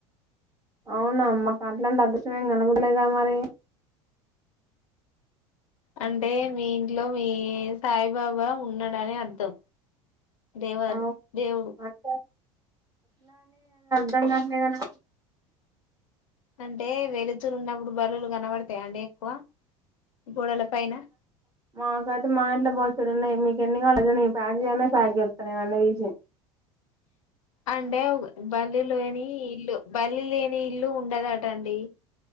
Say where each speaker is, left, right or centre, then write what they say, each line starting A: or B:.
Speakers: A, on the right; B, on the left.
A: అవునా మాకు అట్లాంటి అదృశం ఏం కనపడలేద మరి
B: అంటే మీ ఇంట్లో మీ సాయిబాబా ఉన్నాడని అర్థం దేవ
A: అవు
B: దేవుడు
A: అట్లా దం గాట్లేదనా
B: అంటే వెళుతురు ఉన్నప్పుడు బల్లులు కనబడతాయా అండి ఎక్కువ గోడల పైన
A: మాకయితే మా ఇంట్లో <unintelligible> ఉన్నాయి మీకు ఎన్ని కావాల దని ప్యాక్ జెయ్ అన్న ప్యాక్ జేత్త నేను అన్ని దీసి
B: అంటే బల్లిలోని ఇల్లు బల్లి లేని ఇల్లు ఉండదట అండి